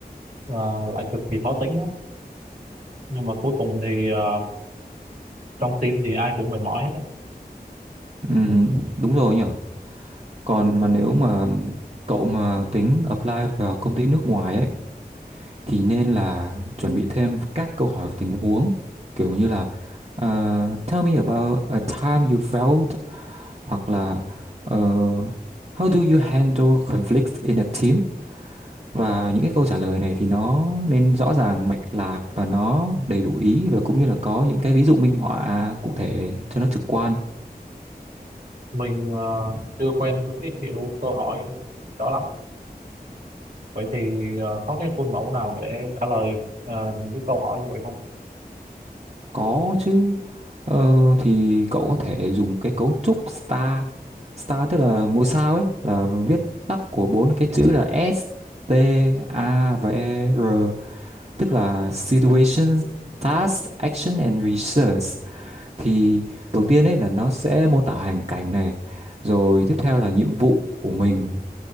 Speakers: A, on the right; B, on the right.
A: ờ, lại cực kỳ khó tính á nhưng mà cuối cùng thì ờ, trong team thì ai cũng mệt mỏi hết á
B: ừ, đúng rồi nhở còn mà nếu mà cậu mà tính apply vào công ty nước ngoài ấy thì nên là chuẩn bị thêm các câu hỏi tình huống kiểu như là uh, tell me about a time you felt hoặc là ờ, how do you handle conflicts in a team Và những cái câu trả lời này thì nó nên rõ ràng mạch lạc và nó đầy đủ ý và cũng như là có những cái ví dụ minh họa cụ thể cho nó trực quan.
A: mình ờ, chưa quen với cái kiểu câu hỏi đó lắm vậy thì ờ, có cái khuôn mẫu nào để trả lời ờ, những cái câu hỏi như vậy không
B: Có chứ. Ờ, thì cậu có thể dùng cái cấu trúc star. Star tức là ngôi sao ấy, là viết tắt của bốn cái chữ là S, T, A và E, R, tức là situation, task, action and research. thì đầu tiên ấy là nó sẽ mô tả hoàn cảnh này rồi tiếp theo là nhiệm vụ của mình